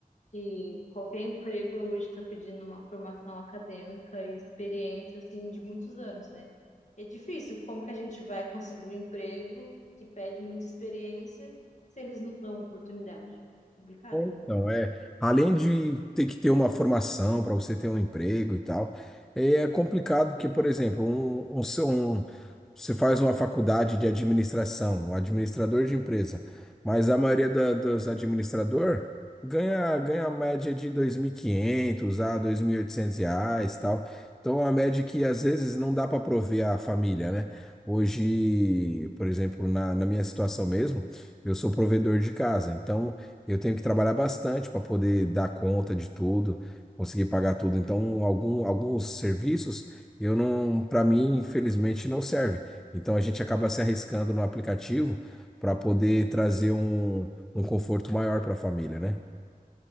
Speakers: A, on the left; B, in the centre.
A: Que qualquer emprego hoje está pedindo uma formação acadêmica e experiência, assim, de muitos anos, né? É difícil. Como que a gente vai conseguir um emprego que pede muita experiência se eles não dão oportunidade? Complicado.
B: É,
A: né?
B: Então, é, além de ter que ter uma formação para você ter um emprego e tal, é é complicado porque, por exemplo, um, um, seu- um- você faz uma faculdade de administração, um administrador de empresa, mas a maioria da- dos administrador ganha, ganha a média de dois mil e quinhentos a dois mil e oitocentos reais e tal. Então, é uma média que às vezes não dá para prover a família, né? Hoje, por exemplo, na, na minha situação mesmo, eu sou provedor de casa, então. Eu tenho que trabalhar bastante para poder dar conta de tudo, conseguir pagar tudo. Então, algum, alguns serviços eu não, para mim, infelizmente, não serve. Então, a gente acaba se arriscando no aplicativo para poder trazer um, um conforto maior para a família, né?